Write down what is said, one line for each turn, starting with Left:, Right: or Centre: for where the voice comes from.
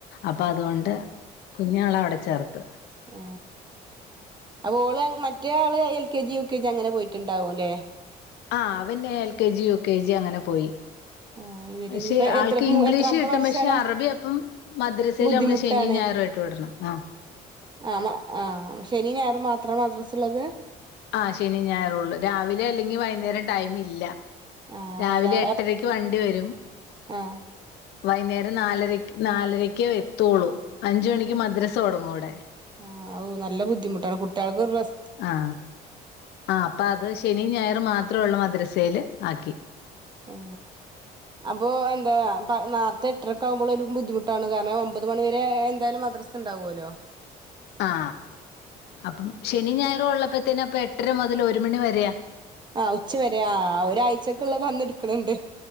Left: അപ്പൊ അതുകൊണ്ട് കുഞ്ഞാളെ അവിടെ ചേർത്ത്
Right: ഉ അപ്പൊ ഓള് മറ്റേയാള് L K G U K G അങ്ങനെ പോയിട്ടുണ്ടാവുംല്ലേ
Left: ആ അവൻ പിന്നെ L K G U K G അങ്ങനെ പോയി
Right: ആ ഇവര്
Left: പക്ഷെ
Right: ഇനിപ്പോ എത്ര
Left: ആൾക്ക് ഇംഗ്ലീഷ്
Right: എത്രാമത്തെ
Left: കിട്ടും
Right: വർഷാണ്
Left: പക്ഷെ അറബി അപ്പം മദ്രസയിൽ
Right: ബുദ്ധിമുട്ടാണ്
Left: നമ്മള് ശനിയും ഞായറും ആയിട്ട് വിടണം ആഹ്
Right: ആ ആ ശനി ഞയറ് മാത്രം മദ്രസ ഉള്ളത്
Left: ആ ശനി ഞായറുള്ളു രാവിലെ അല്ലെങ്കിൽ വൈകുന്നേരം ടൈം ഇല്ല
Right: ആഹ്
Left: രാവിലെ
Right: രാ
Left: എട്ടരക്ക് വണ്ടി വരും
Right: ആഹ്
Left: വൈകുന്നേരം നാലരക്ക് നാലരക്കെ വരു എത്തൊളൂ അഞ്ചു മണിക്ക് മദ്രസ തുടങ്ങും അവിടെ
Right: ആ ഓ നല്ല ബുദ്ധിമുട്ടാണ് കുട്ടികൾക്ക് ഒരു റെസ്റ്റ് ഒക്കെ
Left: ആ ആ അപ്പൊ അത് ശനി ഞായർ മാത്രേ ഉള്ളോ മദ്രസയില് ആക്കി
Right: ആ അപ്പൊ എന്താ നോരത്തെ എട്ടരക്കെ ആകുമ്പോൾ ഒരു ബുദ്ധിമുട്ടാണ് കാരണം ഒമ്പത് മണിവരെ എന്തായാലും മദ്രസ് ഉണ്ടാാവുമല്ലോ
Left: ആ അപ്പം ശനി ഞായറും ഉള്ളപ്പ ത്തിപ്പ എട്ടര മുതൽ ഒരു മണി വരെയ
Right: ആഹ് ഉച്ച വരെ ആ ഒരാഴ്ചക്കുള്ളത് അന്ന് എടുക്കിണിണ്ട്